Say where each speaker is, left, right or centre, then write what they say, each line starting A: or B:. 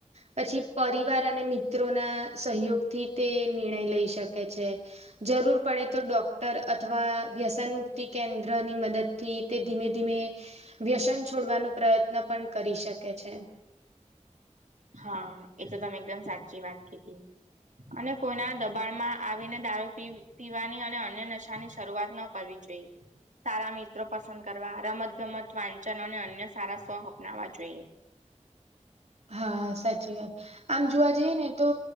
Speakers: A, on the right; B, on the right.
A: પછી પરિવાર અને મિત્રોના સહયોગથી તે નિર્ણય લઈ શકે છે જરૂર પડે તો ડોક્ટર અથવા વ્યસન મુક્તિ કેન્દ્રની મદદ થી તે ધીમે ધીમે વ્યસન છોડવાનો પ્રયત્ન પણ કરી શકે છે.
B: હા એ તો તમે એકદમ સાચી વાત કીધી અને કોઈના દબાણમાં આવીને દારૂ પી પીવાની અને અન્ય નશાની શરૂઆત ન કરવી જોઈએ. સારા મિત્રો પસંદ કરવા રમત ગમત વાંચન અને અન્ય સારા શોખ અપનાવવા જોઈએ.
A: હા સાચી વાત આમ જોવા જઈએ ને તો